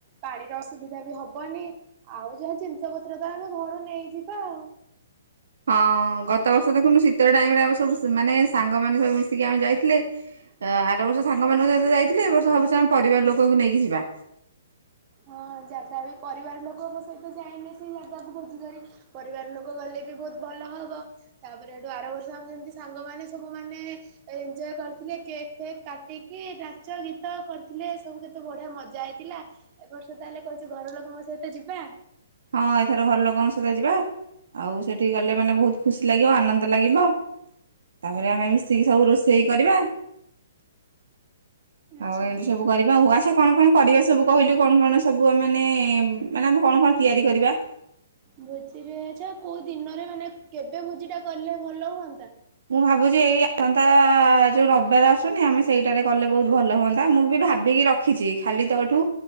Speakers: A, on the right; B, on the right.
A: ପାଣିର ଅସୁୁବିଧା ବି ହବନି ଆଉ ଯାହା ଜିନିଷ ପତ୍ର ତ ଆମେ ଘରୁ ନେଇଯିବା ଆଉ।
B: ହଁ ଗତ ବର୍ଷ ଦେଖୁନୁ ଶୀତ ଟାଇମ୍ ରେ ଆ ସବୁ ମାନେ ସାଙ୍ଗମାନେ ସବୁ ମିଶିକି ଆମେ ଯାଇଥିଲେ ଆର ବର୍ଷ ସାଙ୍ଗମାନଙ୍କ ସହିତ ଯାଇଥିଲେ ଏ ବର୍ଷ ଭାବୁଛି ଆମେ ପରିବାର ଲୋକଙ୍କୁ ନେଇକି ଯିବା।
A: ହଁ ଜାଗା ବି ପରିବାର ଲୋକ ମୋ ସହିତ ଯାଇନି ସେଇ ଜାଗାକୁ ଭୋଜିିକ ପରିବାର ଲୋକ ଗଲେ ବି ବହୁତ ଭଲ ହବ ତାପରେ ଏଠୁ ୟାର ବର୍ଷ ଯେମିତି ସାଙ୍ଗ ମମାନେ ସବୁ ମାନ ଏଞ୍ଜୟ କରିଥିଲେ କେକ୍ ଫେକ୍ କାଟିକି ନାଚ ଗୀତ କରିଥିଲେ ସବୁ କେତେ ବଢିଆ ମଜା ହେଇଥିଲା। ଏବ ବର୍ଷ ତାହେଲେ କହୁଛି ଘର ଲୋକଙ୍କ ସହିତ ଯିବା।
B: ହଁ ଏଥର ଘର ଲୋକଙ୍କ ସହିତ ଯିବା ଆଉ ସେଠିକି ଗଲେ ମାନେ ବହୁତ ଖୁସି ଲାଗିବ ଆନନ୍ଦ ଲାଗିବ ତାପରେ ଆମେ ମିଶିକି ସବୁ ରୋଷେଇ କରିବା।
A: ଆଚ୍ଛା।
B: ଆଉ ଏମିତି ସବୁ କରିବା ହଉ ଆଚ୍ଛା କଣ କଣ କରିବା ସ ସବୁ କହିଲୁ କଣ କଣ ସବୁ ଆ ମାନେ ମାନେ ଆମେ କଣ କଣ ତିଆରି କରିବା।
A: ଭୋଜିରେ ଆଚ୍ଛା କୋଉ ଦିନରେ ମାନେ କେବେ ଭୋଜି ଟା କଲେ ଭଲ ହୁଅନ୍ତା।
B: ମୁଁ ଭାବୁଛି ଏଇ ଆସନ୍ତା ଯୋଉ ରବିବାର ଆସୁନି ଆମେ ସେଇଟାରେ କଲେ ବହୁତ ଭଲ ହୁଅନ୍ତା ମୁଁ ବି ଭାବିକି ରଖିଛି ଖାଲି ତୋଠୁ